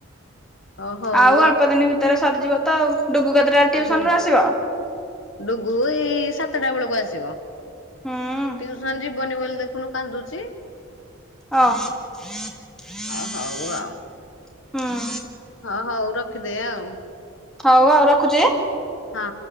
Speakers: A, on the left (about 60°); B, in the centre.
A: ଓ ହଉ
B: ଆଉ ଅଳ୍ପ ଦିନ ଭିତରେ ସରିଯିବ। ତ ଆଉ ଡୁଗୁ କେତେଟା ଟିଉସନ
A: ହୁଁ
B: ରୁ ଆସିବ?
A: ଡୁଗୁ ଏଇ ସାତଟା ବେଳକୁ ଆସିବ
B: ହୁଁ
A: ଟଉସନ ଯିବନି ବୋଲି ଦେଖୁନୁ କାନ୍ଦୁଚି।
B: ଓହୋ ହୁଁ।
A: ଅ ହଉ ଆଉ ହଁ ହଉ ରଖିଦେ ଆଉ।
B: ହଉ ଆଉ ରଖୁଚି।
A: ହଁ।